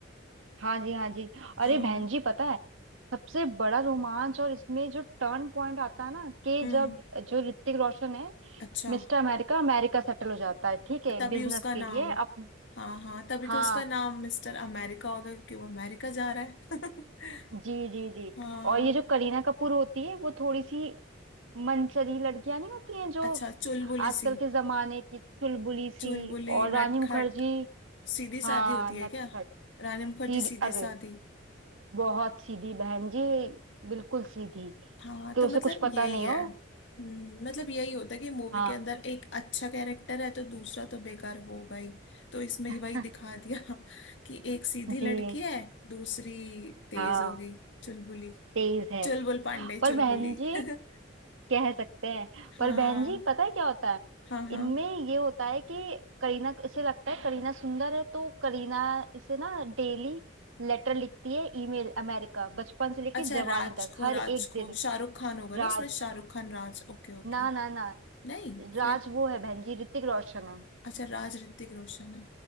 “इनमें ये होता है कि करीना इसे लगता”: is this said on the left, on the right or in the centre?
Right